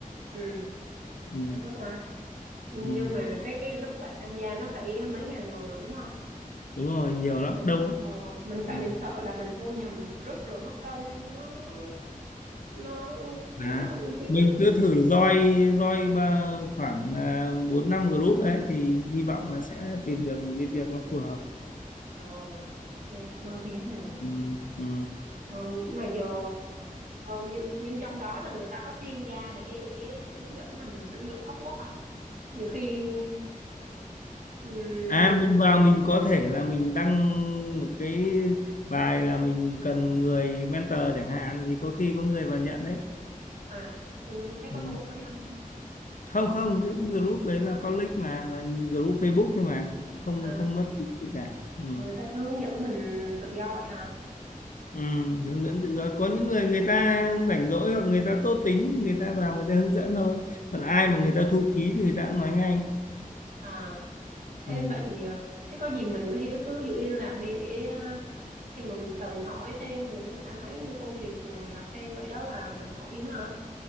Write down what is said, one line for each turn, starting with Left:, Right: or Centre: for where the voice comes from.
Right: ừ,
Left: ừ,
Right: hay quá ta. Nhưng
Left: ừ,
Right: mà cái cái group bạn tham gia nó phải mấy ngàn người đúng không?
Left: đúng rồi nhiều lắm
Right: Vậy,
Left: đông lắm
Right: ờ, mình tại
Left: ừ.
Right: mình sợ là mình vô nhầm group rồi mất công nó nó nó
Left: À,
Right: kiểu nó không uy tín
Left: mình
Right: á.
Left: cứ thử join join ba- khoảng à, bốn năm group đấy thì hy vọng là sẽ tìm được một cái việc nó phù hợp
Right: Ờ, ok, cảm ơn Hiếu này.
Left: ừ, ừ.
Right: Ờ, nhưng mà giờ Ờ, nhưng, nhưng trong đó là người ta có chuyên gia để để hướng dẫn mình sử dụng ốc guốc không? Nhiều khi ừm,
Left: À mình vào mình có thể là mình đăng một cái bài là mình cần một người mentor chẳng hạn thì có khi có người vào nhận đấy.
Right: à ừm, thấy
Left: Ừ.
Right: có tốn phí không em?
Left: Không không cái group đấy là public mà là group Facebook thôi mà không
Right: À
Left: không mất phí gì cả. Ừ.
Right: người ta cứ hướng dẫn mình tự do vậy hả?
Left: Ừ, hướng dẫn tự do có những người người ta rảnh rỗi hoặc người ta tốt tính người ta vào người ta hướng dẫn thôi còn ai
Right: Ừ.
Left: mà người ta thu phí thì người ta cũng nói ngay
Right: À ê,
Left: ừ.
Right: vậy à, thế có gì mình với Hiếu cứ giữ liên lạc đi để à, khi mà mình cần hỏi thêm về mấy cái như công việc ừ, làm thêm vậy đó là mình hỏi Hiếu hả?